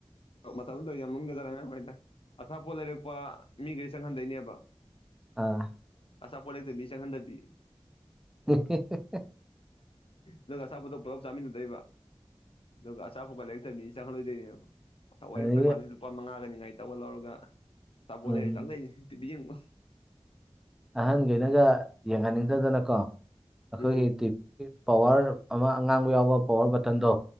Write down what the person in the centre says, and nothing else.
ꯑꯥ
ꯑꯦ
ꯑꯗꯒꯤ
ꯎꯝ
ꯑꯍꯟꯈꯅꯒ ꯌꯦꯡꯍꯟꯅꯤꯡꯗꯗꯅꯀꯣ ꯑꯩꯈꯣꯏꯒꯤ
ꯇꯤꯞ ꯄꯋꯥꯔ ꯑꯃ ꯑꯉꯥꯡꯕ ꯌꯥꯎꯕ ꯄꯋꯥꯔ ꯕꯇꯟꯗꯣ